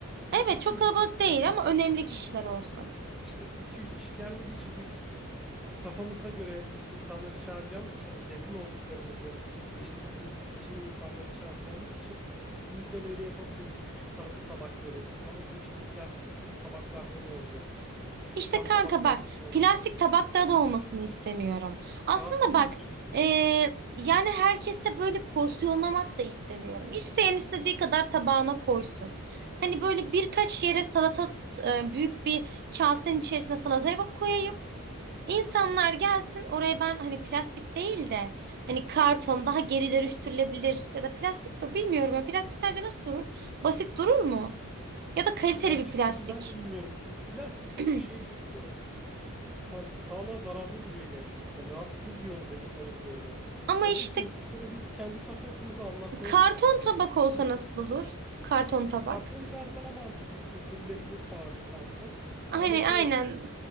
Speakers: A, in the centre; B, on the right.
A: Böyle
B: Evet
A: 200
B: çok kalabalık
A: kişi
B: değil
A: gelmeyecek.
B: ama önemli kişiler olsun.
A: İşte 200 kişi gelmeyeceği için biz kafamıza göre insanları çağıracağımız için hani yakın olduklarımızı ve işte dediğimiz gibi kimi insanları çağıracağımız için bu yüzden öyle yapabiliriz. Küçük salata tabakları ama bu işte plastik tabaklarda mı olacak? Küçük
B: İşte
A: cam
B: kanka
A: tabaklarda
B: bak
A: mı olacak?
B: plastik tabakta da olmasını istemiyorum. Aslında
A: Rahatsız
B: bak
A: edici duruyor.
B: e, yani herkese böyle porsiyonlamak da istemiyorum. İsteyen istediği kadar tabağına koysun. Hani böyle birkaç yere salata e, büyük bir kasenin içerisine salata yapıp koyayım. İnsanlar gelsin oraya ben hani plastik değil de hani karton daha geri dönüştürülebilir ya da plastik de bilmiyorum ya plastik sence nasıl durur? Basit durur mu? Ya da kaliteli
A: Ya açıkçası
B: bir plastik.
A: ben de bilmiyorum. Kl- Plastik
B: <clears throat>
A: çok şey duruyor. Yani sağlığa zararlı duruyor gerçekten. Rahatsız ediyor onu, ben- onu görmek.
B: Ama
A: Oradaki
B: işte
A: insanlara biz kendi kafa yapımızı anlatmaya
B: karton
A: çalışacağız.
B: tabak
A: Nasıl
B: olsa
A: anlatalım?
B: nasıl olur? Karton tabak.
A: Karton biraz daha mantıklı. Sürdürülebilir kar- karton.
B: Hani
A: Ama şey
B: aynen
A: olacak.